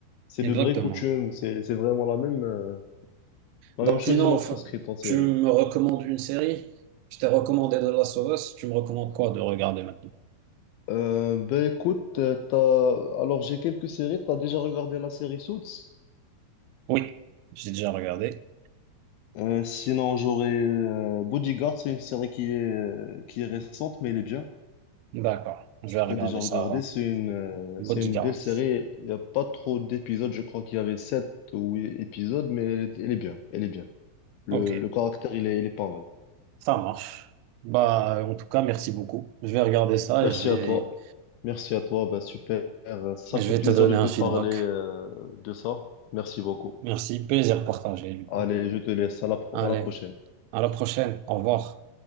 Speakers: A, on the left (about 85°); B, on the right (about 90°).
A: c'est de
B: Exactement.
A: vraies coutumes. C'est c'est vraiment la même euh, la
B: Donc,
A: même chose
B: sinon,
A: ils l'ont transcrite
B: f-
A: en série.
B: tu me recommandes une série? Je t'ai recommandé de la of Us, tu me recommandes quoi de regarder maintenant?
A: Euh, ben écoute, euh, t'as alors j'ai quelques séries. T'as déjà regardé la série Suits?
B: Oui, j'ai déjà regardé.
A: Euh, sinon, j'aurais euh, Bodyguard, c'est une série qui est, euh, qui est récente, mais elle est bien.
B: D'accord, je
A: Si
B: vais regarder
A: tu as déjà regardé,
B: ça alors.
A: c'est une, euh,
B: Bodyguard.
A: c'est une belle série. Il n'y a pas trop d'épisodes, je crois qu'il y avait sept ou huit épisodes, mais elle, est elle est bien. Elle est bien. Le,
B: Ok,
A: le caractère, il est, il est pas mal.
B: ça marche. Bah, en tout cas, merci beaucoup. Je vais regarder ça
A: Merci
B: et je vais,
A: à toi. Merci à toi. Bah, super. Ça
B: je
A: fait
B: vais
A: plaisir
B: te donner
A: de
B: un
A: te
B: feedback.
A: parler euh, de ça. Merci beaucoup.
B: Merci, plaisir partagé du
A: Allez,
B: coup.
A: je te laisse. À la pro-
B: Allez,
A: à la prochaine.
B: à la prochaine. Au revoir.